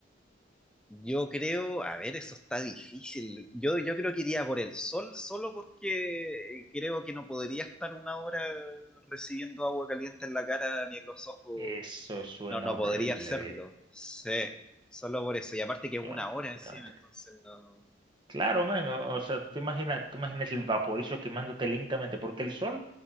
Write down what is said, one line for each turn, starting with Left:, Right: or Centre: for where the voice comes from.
Centre: Yo creo, a ver, eso está difícil. Yo, yo creo que iría por el sol solo porque creo que no podría estar una hora recibiendo agua caliente en la cara ni en los ojos
Right: Eso suena
Centre: No, no
Right: horrible,
Centre: podría hacerlo.
Right: viejo.
Centre: Sí, solo por eso. Y aparte que es
Right: Suena
Centre: una
Right: completamente
Centre: hora encima, entonces
Right: horrible.
Centre: no.
Right: Claro, man, o o sea, tú imaginas, tú imaginas el vaporizo quemándote lentamente, porque el sol